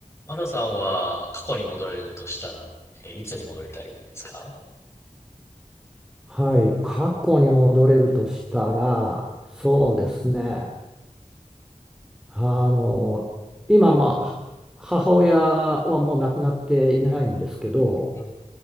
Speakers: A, on the left (about 20°); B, in the centre.
A: マサさんは過去に戻れるとしたら、えーいつに戻りたいですか
B: はい、過去に戻れるとしたら、そうですね。あの、今、まあ、は母親はもう亡くなっていないんですけど、
A: うん、